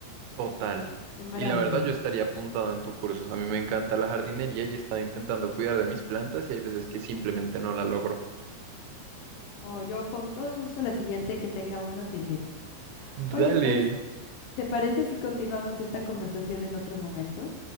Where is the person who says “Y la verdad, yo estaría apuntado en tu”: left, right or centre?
Right